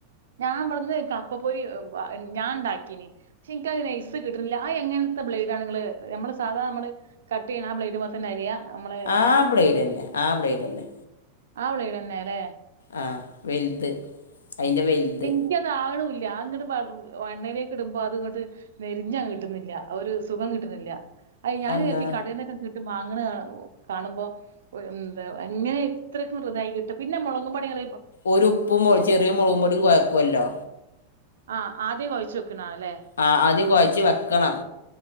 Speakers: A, on the right (about 65°); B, on the left (about 65°).
A: ഞാൻ ഇവിടെന്ന് കപ്പ പോയി ഞാൻ ഉണ്ടാക്കീന് പക്ഷെ എനിക്കത് സൈസ് കിട്ടുന്നില്ല ആഹ് എങ്ങനത്തെ ബ്ലേഡാണ് നിങ്ങള് നമ്മള് സാധാ നമ്മള് കട്ട് ചെയ്യുന്ന ആഹ് ബ്ലേഡ്മേ തന്നെ അരിയാ നമ്മളെ
B: ആഹ് ബ്ലേഡ് തന്നെ ആഹ് ബ്ലേഡ് തന്നെ
A: ആഹ് ബ്ലേഡ് തന്നാലെ
B: ആഹ് വലുത് അതിന്റ വലുത്
A: എനിക്ക അത് ആകണുവില്ല അങ്ങട്ട് എണ്ണയിലേക്ക് ഇടുമ്പോ അത് ഇങ്ങോട്ട് നെരിഞ്ഞ് അങ്ങ് കിട്ടുന്നില്ല ഒരു സുഖം കിട്ടുന്നില്ല അത് ഞാന്
B: എന്താ
A: കടയിൽന്നൊക്കെ വാങ്ങണ കാണുമ്പോ എന്താ അങ്ങനെ എത്രക്കിതായി കിട്ടും പിന്നെ മുളകും പൊടിങ്ങ്
B: ഓരു ഉപ്പും ചെറിയ മുളകും പൊടി കുയ്ക്കുമല്ലോ
A: ആഹ് ആദ്യം കുഴച്ച് വെക്കുന്ന ആല്ലേ
B: ആഹ് ആദ്യം കുഴച്ച് വെക്കണം